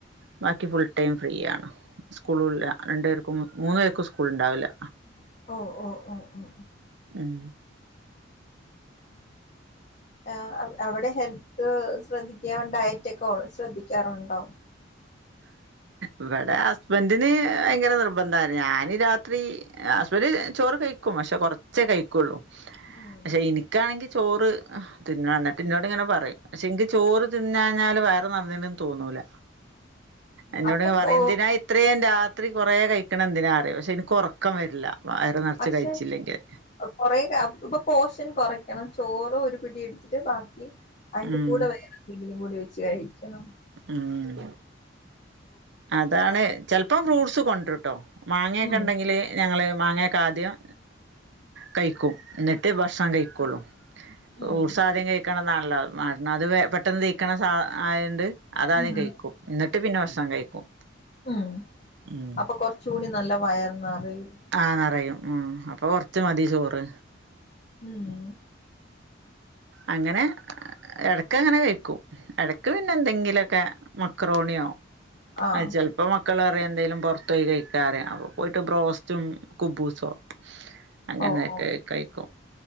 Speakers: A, on the right; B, on the left.
A: ബാക്കി ഫുൾ ടൈം ഫ്രീ ആണ് സ്കൂളും ഇല്ല രണ്ടു പേർക്കും മൂന്നു പേർക്കും സ്കൂൾ ഉണ്ടാവില്ല.
B: ഓ ഓ ഓ ഓ
A: ഉം
B: ആ അവിടെ ഹെൽത്ത് ശ്രദ്ധിക്കാ ഡയറ്റ് ഒക്കെ ശ്രദ്ധിക്കാറുണ്ടോ?
A: ഇവിടെ ഹസ്ബൻ്റിന് ഭയങ്കര നിർബന്ധാണ്. ഞാന് രാത്രി ഹസ്ബൻഡും ചോറ് കഴിക്കും പക്ഷേ കൊറച്ചേ കഴിക്കുള്ളൂ
B: ഉം
A: പക്ഷേ എനി ഇക്ക് ആണെങ്കിൽ ചോറ് തിന്നണം എന്നിട്ട് എന്നോട് ഇങ്ങനെ പറയും. പക്ഷേ ഇന്ക്ക് ചോറ് തിന്നാഞ്ഞാല് വയറ് നിറഞ്ഞ്ണ് തോന്നൂല. എന്നോട്
B: അപ്പം
A: ഇങ്ങ് പറയും
B: ഓ
A: എന്തിനായി ഇത്രയും രാത്രി കുറേ കഴിക്കണ എന്തിനാ പറയും പക്ഷേ ഇന്ക്ക് ഉറക്കം വരില്ല. നിറച്ച്
B: പക്ഷേ
A: കഴിച്ചില്ലെങ്കിൽ
B: കൊറേ ഇപ്പൊ പോഷൻ കൊറക്കണം ചോറ് ഒരു പിടി എടുത്തിട്ട് ബാക്കി അതിന്റെ
A: ഉം
B: കൂടെ വേറെ എന്തെങ്കിലും കൂടി വെച്ച് കഴിക്കണം.
A: ഉം അതാണ് ചെലപ്പോം ഫ്രൂട്ട്സ് കൊണ്ടുരുംട്ടൊ. മാങ്ങയൊക്കെ
B: ഉം
A: ഉണ്ടെങ്കിൽ. ഞങ്ങൾ മാങ്ങയൊക്കെ ആദ്യം കഴിക്കും. എന്നിട്ട് ഭക്ഷണം കഴിക്കും. കെള്ളു ഫ്രൂട്സ്
B: ഉം
A: ആദ്യം കഴിക്കണംന്നാണല്ലോ <unintelligible> പെ പെട്ടെന്ന് ദയിക്ക്ണ സാധ ആയോണ്ട് അതാദ്യം
B: ഉം
A: കഴിക്കും എന്നിട്ട് പിന്നെ ഭക്ഷണം കഴിക്കും.
B: ഉം
A: ഉം
B: അപ്പൊ കൊറച്ച് കൂടി നല്ല വയർ നെറയും.
A: ആ നെറയും ഉം അപ്പൊ കൊറച്ച് മതി ചോറ്.
B: ഉം.
A: അങ്ങനെ എടക്ക് അങ്ങനെ കഴിക്കും എടക്ക് പിന്നെ എന്തെങ്കിലുക്കെ. മക്രോണിയോ
B: ആഹ്
A: അത് ചെലപ്പോ അപ്പോ മക്കള് പറയും എന്തെങ്കിലും പുറത്ത് പോയിട്ട് കഴിക്കാറയും അപ്പോൾ പോയിട്ട് ബ്രോസ്റ്റും കുബൂസോ. അങ്ങനെയൊക്കെ
B: ഓ ഓ
A: കഴിക്കും